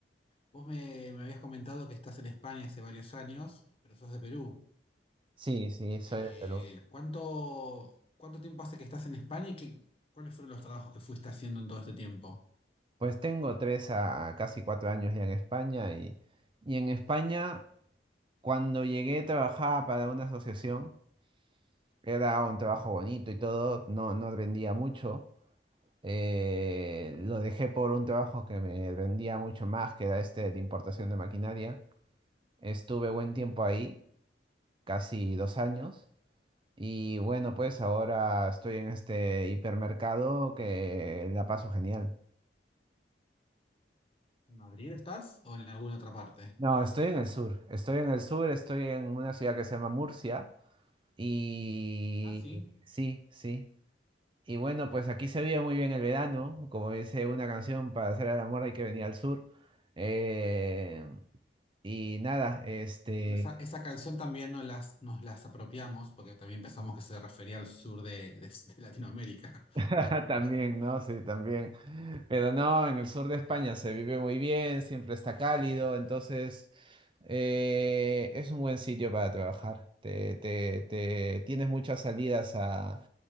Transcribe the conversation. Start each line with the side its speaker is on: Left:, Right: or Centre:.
Left: vos me, me habías comentado que estás en España hace varios años, pero sos de Perú.
Right: Sí, sí, soy
Left: Eh,
Right: de Perú.
Left: ¿cuánto, cuánto tiempo hace que estás en España y qué, cuáles fueron los trabajos que fuiste haciendo en todo este tiempo?
Right: Pues tengo tres a casi cuatro años ya en España y, y en España cuando llegué trabajaba para una asociación Era un trabajo bonito y todo, no, no rendía mucho. Eh, lo dejé por un trabajo que me rendía mucho más, que era este de importación de maquinaria. Estuve buen tiempo ahí, casi dos años. Y bueno, pues ahora estoy en este hipermercado que la paso genial.
Left: ¿En Madrid estás o en alguna otra parte?
Right: No, estoy en el sur. Estoy en el sur, estoy en una ciudad que se llama Murcia. Y
Left: Ah, sí.
Right: sí, sí. Y bueno, pues aquí se vive muy bien el verano, como dice una canción, para hacer el amor hay que venir al sur. Eh, y nada, este,
Left: Bueno, esa, esa canción también nos las, nos las apropiamos porque también pensamos que se refería al sur de, de de Latinoamérica.
Right: <laughs> También, ¿no? Sí, también. Pero no, en el sur de España se vive muy bien, siempre está cálido, entonces eh, es un buen sitio para trabajar. Te, te- te- tienes muchas salidas a-